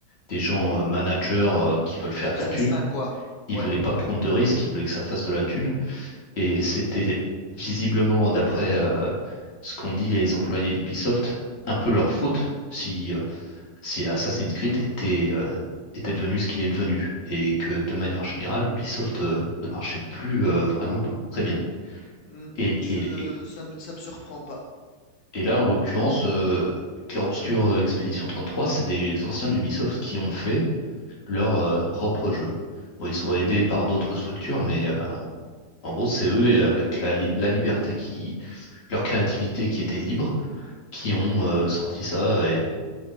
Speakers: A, on the left; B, on the left.
A: des gens euh, managers euh, qui veulent faire
B: Des businessmen,
A: de la thune.
B: quoi.
A: Ils
B: Ouais.
A: voulaient pas prendre de risques, ils voulaient que ça fasse de la thune. Et c'était visiblement, d'après euh, ce qu'ont dit les employés d'Ubisoft, un peu leur faute si, euh, si Assassin's Creed était, euh, était devenu ce qu'il est devenu. Et que de manière générale, Ubisoft euh, ne marchait plus euh, vraiment be- très bien.
B: Hmm,
A: Et,
B: je,
A: et,
B: ça me, ça me surprend pas.
A: et là, en l'occurrence, euh, Clair Obscur euh, Expédition 33, c'est des anciens d'Ubisoft qui ont fait leur euh, propre jeu. Bon, ils sont aidés par d'autres structures, mais euh, en gros, c'est eux, et avec la, li- la liberté qui- leur créativité qui était libre, qui ont euh, sorti ça, et,